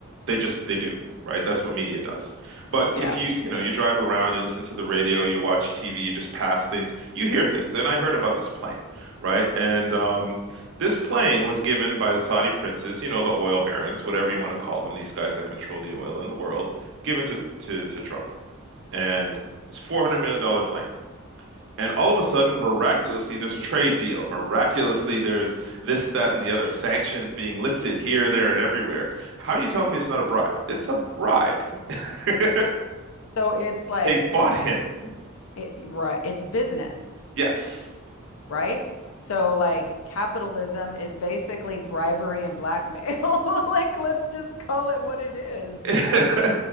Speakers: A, on the right; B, on the left.
A: They just they do, right? That's what media does. But
B: Yeah.
A: if you, you know, you drive around, you listen to the radio, you watch TV, you just pass things, you hear things. And I heard about this plane, right? And um, this plane was given by the Saudi princes, you know, the oil barons, whatever you want to call them, these guys that control the oil in the world, given to to to Trump. And it's $400 million dollar plane. And all of a sudden, miraculously, there's a trade deal. Miraculously, there's this, that, and the other. Sanctions being lifted here, there, and everywhere. How are you telling me it's not a bribe? It's a bribe. <laughs>
B: So it's like
A: They
B: it's
A: bought him.
B: it right, it's business,
A: Yes.
B: right? So like capitalism is basically bribery and blackmail. <laughs> Like let's just call it what it is.
A: <laughs>